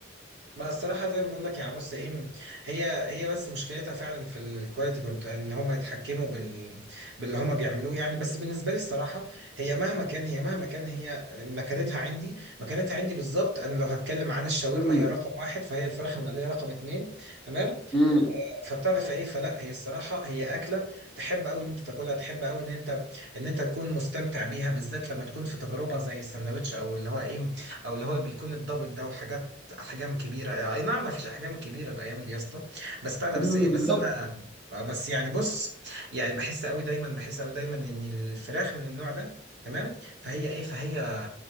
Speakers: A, on the right; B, in the centre.
A: ما الصراحة زي ما بقول لك يا عموس ايه هي هي بس مشكلتها فعلا في الكواليتي كنت ان هم يتحكموا بال باللي هم بيعملوه يعني بس بالنسبة لي الصراحة هي مهما كان هي مهما كان هي مكانتها عندي مكانتها عندي بالظبط انا لو هتكلم عن الشاورما
B: مم.
A: هي رقم واحد فهي الفراخ المقلية رقم اتنين تمام
B: امم
A: فبتعرف ايه فلا هي الصراحه هي اكله تحب قوي ان انت تاكلها تحب قوي ان انت ان انت تكون مستمتع بيها بالذات لما تكون في تجربه زي الساندوتش او اللي هو ايه او اللي هو بيكون الدبل ده وحاجات احجام كبيره آه، اي نعم ما فيش احجام كبيره الايام دي يا اسطى بس بتاع ده
B: مم،
A: بس ايه بس
B: بالظبط
A: انا آه، بس يعني بص يعني بحس قوي دايما بحس قوي دايما ان الفراخ من النوع ده تمام فهي ايه فهي